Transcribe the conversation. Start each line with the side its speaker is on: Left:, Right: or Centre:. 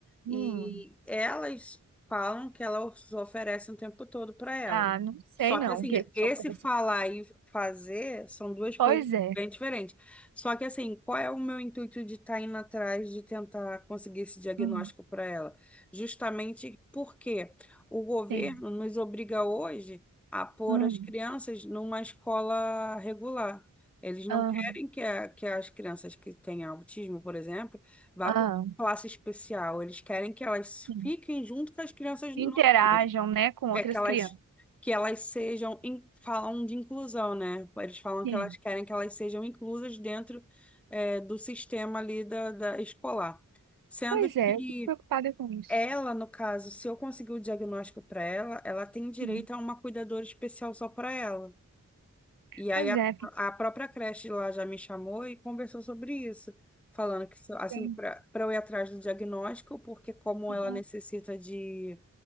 Right: hum,
Centre: e elas falam que ela os oferece o tempo todo para ela.
Right: ah, não sei
Centre: Só
Right: não
Centre: que assim,
Right: o que que você
Centre: esse
Right: oferece.
Centre: falar e fazer são duas coisas
Right: Pois é.
Centre: bem diferentes. Só que assim, qual é o meu intuito de estar indo atrás de tentar conseguir esse diagnóstico
Right: Hum,
Centre: para ela? Justamente porque o governo
Right: sim.
Centre: nos obriga hoje a pôr
Right: Hum,
Centre: as crianças numa escola regular. Eles não
Right: aham,
Centre: querem que, a- que as crianças que têm autismo, por exemplo, vá
Right: ah,
Centre: para uma classe especial. Eles querem que elas
Right: sim.
Centre: fiquem junto com as crianças
Right: Interajam,
Centre: normais.
Right: né, com outras
Centre: É que elas,
Right: crianças.
Centre: que elas sejam, in- falam de inclusão, né? Eles falam
Right: Sim.
Centre: que elas querem que elas sejam inclusas dentro, eh, do sistema ali da, da escolar. Sendo
Right: Pois
Centre: que
Right: é, eu fico preocupada com isso.
Centre: ela, no caso, se eu conseguir o diagnóstico para ela, ela tem direito
Right: Hum.
Centre: a uma cuidadora especial só para ela. E
Right: Pois
Centre: aí a,
Right: é,
Centre: a própria creche lá já me chamou e conversou sobre isso, falando que se- assim
Right: tem
Centre: para eu ir atrás do diagnóstico, porque como
Right: um
Centre: ela necessita de